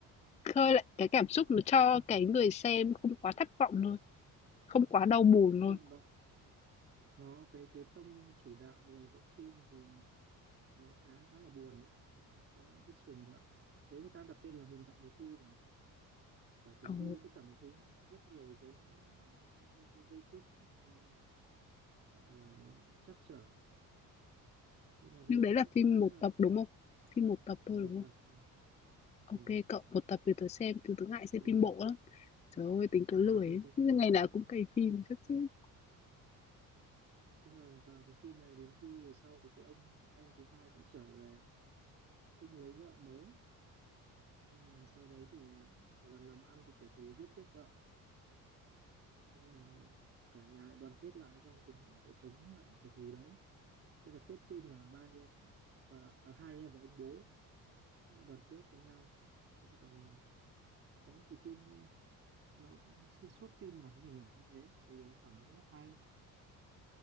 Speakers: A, on the left; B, on the right.
A: khơi lại cái cảm xúc nó cho cái người xem không quá thất vọng thôi, không quá đau buồn
B: không
A: thôi.
B: đó nó cái cái tông chủ đạo về bộ phim thì nó khá khá là buồn đấy nó, nó có những cái trường đoạn thế người ta đặt tên là huyền thoại mùa thu mà cả tình
A: Ồ,
B: yêu tất cả mọi thứ nó có rất nhiều cái cái, cái, cái giây phút ờ, gọi là nó nó trắc trở nhưng mà đấy
A: nhưng đấy
B: cũng
A: là
B: có
A: phim
B: có lẽ
A: một
B: là
A: tập, đúng không? Phim một tập thôi,
B: một
A: đúng không?
B: tập ừ,
A: OK cậu, một tập thì tớ xem, tớ tớ ngại xem
B: ừ.
A: phim bộ lắm. Trời ơi, tính tớ
B: và
A: lười
B: cái
A: ấy.
B: cái
A: Chứ Ngày nào cũng cày phim
B: cái
A: chắc chứ.
B: thế là và cái phim này đến khi về sau thì cái ông anh thứ hai cũng trở về cũng lấy vợ mới nhưng mà sau đấy thì một lần làm ăn thì kẻ thù giết chết vợ thế là cả nhà lại đoàn kết lại xong cùng nhau để chống lại kẻ thù đấy tức là kết phim là ba anh em và à, hai anh em và ông bố cũng đã đoàn kết với nhau Thế chứ còn đấy thì phim nó xuyên suốt phim là cái hình ảnh như thế thì tôi cảm thấy rất là hay